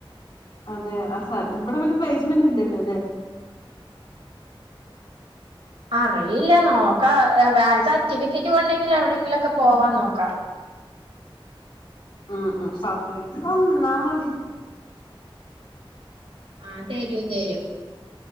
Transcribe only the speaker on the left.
അതെ ആ സാ ഇവിടെ പിന്നെ പ്ലേസ്മെന്റ് ഇല്ലല്ലോല്ലെ
ഉം ഉം സർട്ടിഫിക്കറ്റ് തന്നാമതി